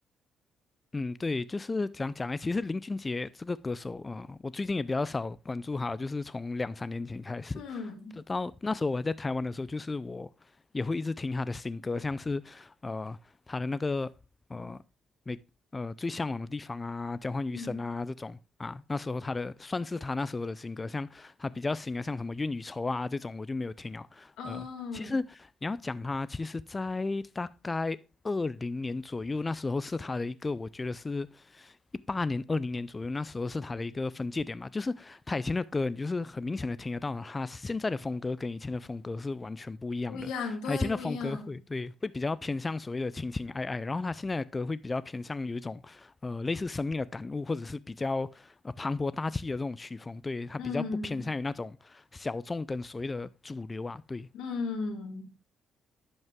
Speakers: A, on the left; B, on the left.
A: 嗯，对，就是讲讲哎，其实林俊杰这个歌手啊、呃我最近也比较少关注他，就是从两三年前开始，
B: 嗯
A: 直到那时候我还在台湾的时候，就是我也会一直听他的新歌，像是呃他的那个呃每呃最向往的地方啊，交换余生啊这种啊，
B: 嗯，
A: 那时候他的算是他那时候的新歌，像他比较新的像什么愿与愁啊这种我就没有听了，
B: 哦，
A: 呃，其实你要讲他，其实在大概二零年左右，那时候是他的一个，我觉得是一八年、二零年左右，那时候是他的一个分界点吧。就是他以前的歌，你就是很明显的听得到，他现在的风格跟以前的风格是完全不一样的。
B: 不一样，对，
A: 它以前的风格会对会比较偏向所谓的情情爱爱，
B: 不一样。
A: 然后他现在的歌会比较偏向有一种呃类似生命的感悟，或者是比较呃磅礴大气的这种曲风。对，他比较不偏向于那种小众跟所谓的主流啊，
B: 嗯
A: 对。
B: 嗯，